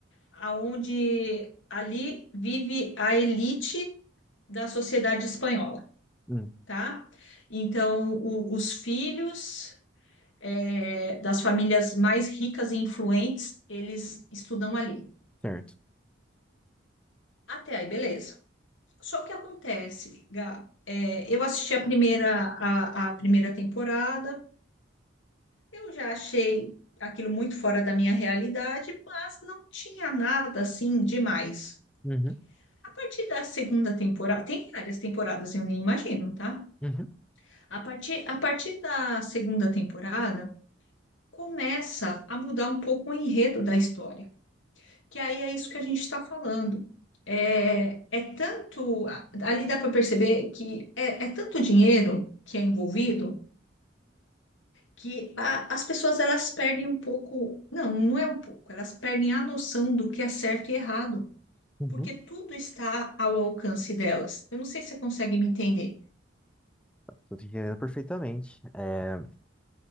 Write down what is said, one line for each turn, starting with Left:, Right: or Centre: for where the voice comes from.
Left: Aonde ali vive a elite da sociedade espanhola,
Centre: Hum.
Left: tá? Então o- os filhos é, das famílias mais ricas e influentes, eles estudam ali.
Centre: Certo.
Left: Até aí, beleza. Só que acontece, Gá, é, eu assisti a primeira, a, a primeira temporada, eu já achei aquilo muito fora da minha realidade, mas não tinha nada assim demais.
Centre: Uhum.
Left: A partir da segunda temporada, tem várias temporadas, eu nem imagino, tá?
Centre: Uhum.
Left: A partir, a partir da segunda temporada, começa a mudar um pouco o enredo da história. que aí é isso que a gente está falando. É, é tanto, ali dá para perceber que é, é tanto dinheiro que é envolvido que a- as pessoas elas perdem um pouco, não, não é um pouco, elas perdem a noção do que é certo e errado,
Centre: Uhum.
Left: porque tudo está ao alcance delas. Eu não sei se você consegue me entender.
Centre: Tô te entendendo perfeitamente. É,